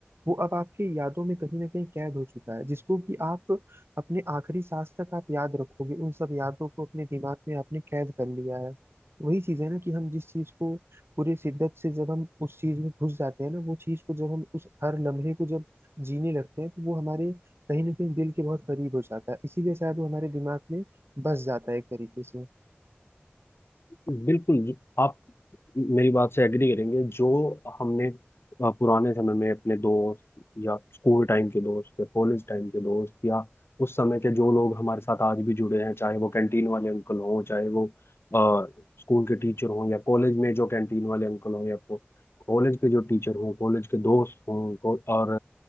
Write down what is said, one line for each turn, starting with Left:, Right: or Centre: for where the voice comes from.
Right: वो अब आपकी यादों में कहीं ना कहीं कैद हो चुका है जिसको कि आप अपने आखिरी सांस तक आप याद रखोगे उन सब यादों को अपने दिमाग में आपने कैद कर लिया है वही चीज है ना कि हम जिस चीज को पूरे शिद्दत से जब हम उस चीज में घुस जाते हैं ना वो चीज को जब हम उस हर लम्हे को जब जीने लगते हैं तो वो हमारे कहीं ना कहीं दिल के बहुत करीब हो जाता है इसीलिए शायद वो हमारे दिमाग में बस जाता है एक तरीके से
Left: बिल्कुल जी, आप मेरी बात से एग्री करेंगे जो हमने अ, पुराने समय में अपने दोस्त या स्कूल टाइम के दोस्त या कॉलेज टाइम के दोस्त या उस समय के जो लोग हमारे साथ आज भी जुड़े हैं चाहे वो कैंटीन वाले अंकल हों चाहे वो अ, स्कूल के टीचर हों या कॉलेज में जो कैंटीन वाले अंकल हों या को- कॉलेज के जो टीचर हों कॉलेज के दोस्त हों को- और